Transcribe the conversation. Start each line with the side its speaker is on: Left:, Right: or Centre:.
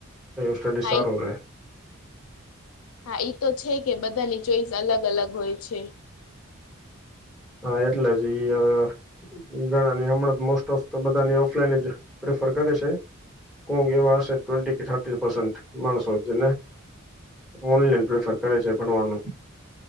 Centre: સડસાર
Left: હા ઈ
Centre: હો્યા <unintelligible>
Left: હા તો છે કે બધાની ચોઈસ અલગ અલગ હોય છે
Centre: હા એટલે જ ઈવે ગણા ની હમણાં જ મોસ્ટ ઓફ તો બધાને ઓફલાઈન જ પ્રેફર કરે છે કોંગ એવા હશે ટ્વે કે થર્ પન્ટ માણસો જે ઓનલાઈન પ્રેફર કરે છે ભણવાનું